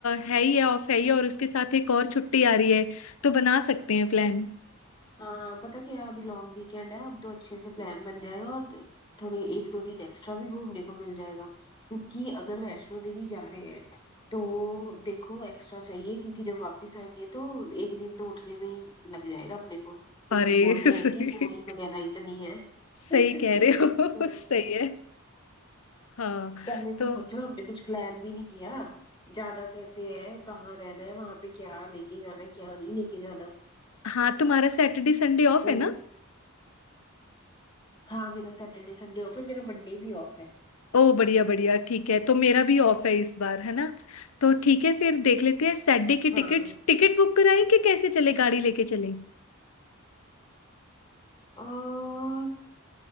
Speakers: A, on the left; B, on the left.
A: है ही है ऑफ है ही है, और उसके साथ एक और छुट्टी आ रही है तो बना सकते हैं प्लान
B: हाँ पता क्या अभी लॉन्ग वीकेंड है अब तो अच्छे से प्लान बन जाएगा और थ- थोड़े एक दो दिन एक्स्ट्रा भी घूमने को मिल जाएगा क्योंकि अगर वैष्णो देवी जा रहे हैं तो देखो एक्स्ट्रा चाहिए क्योंकि जब वापस आएंगे तो एक दिन तो उठने में ही लग जाएगा अपने को क्योंकि
A: अरे
B: बोलते
A: <laughs> सही
B: हैं कि चढ़ाई वगैरह इतनी है
A: सही
B: <laughs>
A: कह रहे हो
B: तो
A: <laughs> सही है हाँ
B: पहले
A: तो
B: तुम सोचो हमने कुछ प्लान भी नहीं किया जाना कैसे है कहाँ रहना है वहां पे क्या लेके जाना है क्या नहीं लेके जाना
A: हाँ तुम्हारा सैटरडे संडे ऑफ
B: तो
A: है ना
B: हाँ मेरा सैटरडे संडे ऑफ है मेरा मंडे भी ऑफ है
A: ओ बढ़िया बढ़िया ठीक है तो मेरा भी ऑफ है इस बार है ना तो ठीक है फिर देख लेते हैं सैटरडे की
B: हाँ
A: टिकट्स टिकट बुक कराएं कि कैसे चले गाड़ी लेके चलें
B: और